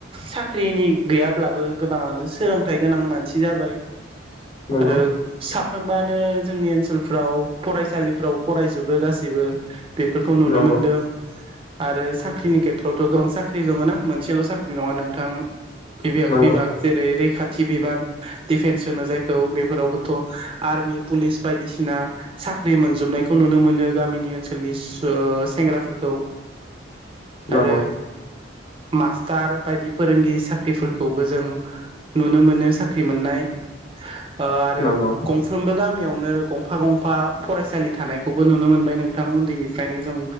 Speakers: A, on the right (about 30°); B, on the left (about 30°).
A: साख्रिनि गैयाब ब्लाबो गोबाङानो सोलोंथाइ गोनां मानसि जाबाय
B: नंगौ
A: आरो साब बानो जोंनि ओनसोलफ्राव फरायसालिफ्राव फरायजोबो गासैबो। बेफोरखौ नुनो
B: नंगौ
A: मोनदों। आरो साख्रिनि खेथ्रआवथ' गोबां साख्रि दङ ना मोनसेल' साख्रि नङा नोंथां बिभेयाग
B: नंगौ
A: बिभाग जेरै रैखाथ थि बिबान दिडिफेन्स होनो जायखौ बेफोरावबोथ' आर्मि पुलिस बायदिसिना साख्रि मोनजोबनायखौ नुनो मोनो गामिनि ओनसोलनि स सेंग्राफोरखौ
B: नंगौ
A: आरो मास्टार बायदि फोरोंगिरि साख्रिफोरखौबो जों नुनो मोनो साख्रि मोननाय ओ आरो
B: नंगौ
A: साफ्रोमबो गामियावनो गंफा गंफा फरायसालि थानायखौबो नुनो मोनबाय नोंथां उन्दैनिफ्रायनो जों